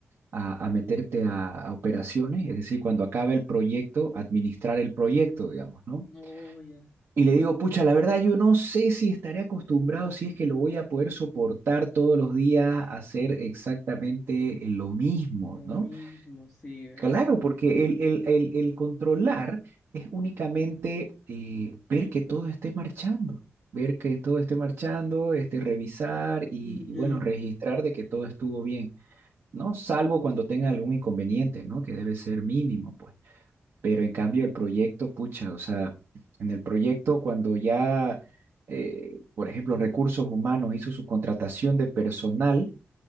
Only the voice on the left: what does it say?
Oh, ya.
Lo
mismo, sí, ¿verdad?
Ujú.